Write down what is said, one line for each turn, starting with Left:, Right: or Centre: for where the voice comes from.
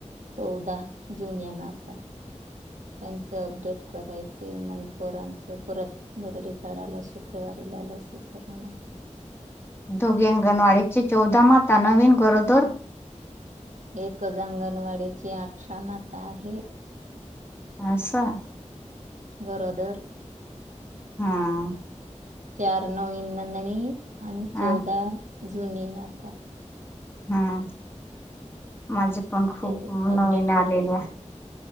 Right: चौदा जुन्या माता. त्यांच अपडेट करायचे मग पोरांचं परत. वरडी काढायला शुक्रवारीला लसीकरण.
Left: दोगे अंगणवाडीची चौदा माता नवीन गरोदर.
Right: एक अंगणवाडीची अठरा माता आहे.
Left: असं?
Right: गरोदर.
Left: हा.
Right: चार नवीन नंदणी आणि
Left: हा
Right: चौदा जुनी माता.
Left: हा. माझे पण
Right: म्हणजे
Left: खूप
Right: अपडेट
Left: नवीन
Right: करायच
Left: आलेले